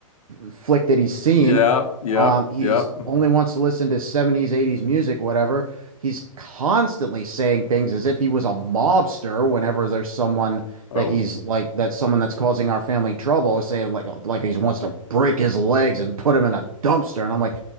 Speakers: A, on the right; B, on the left.
A: flick that he's seen
B: Yep. Yep.
A: um, he's
B: Yep.
A: only wants to listen to 70s, 80s music, whatever. He's constantly saying things as if he was a mobster whenever there's someone
B: Oh,
A: that he's like that's someone that's causing our family trouble, saying like like he wants to break his legs and put him in a dumpster. And I'm like,